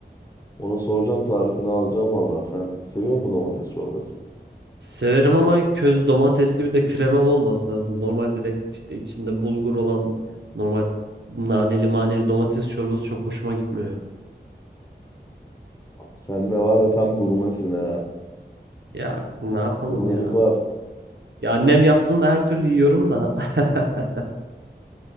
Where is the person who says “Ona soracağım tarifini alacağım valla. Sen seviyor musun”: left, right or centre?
Left